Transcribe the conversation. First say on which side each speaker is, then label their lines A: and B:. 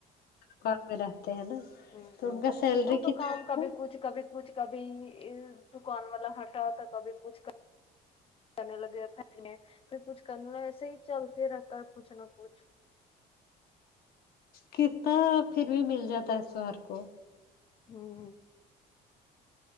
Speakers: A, on the left (about 65°); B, on the left (about 35°).
A: کاروبار میں رہتے ہیں نا
B: ہوں
A: تو
B: ہوں
A: ان کا سیلری
B: وہ تو
A: کتنا
B: کام
A: ہوگا
B: کبھی کچھ کبھی کچھ کبھی یہ دکان والا ہٹا تھا کبھی کچھ کر کرنے لگے میں نے پھر کچھ کرنے لگا ایسے ہی چلتے رہتا ہے کچھ نہ کچھ
A: کتنا پھر بھی مل جاتا ہے سوہر کو
B: ہوں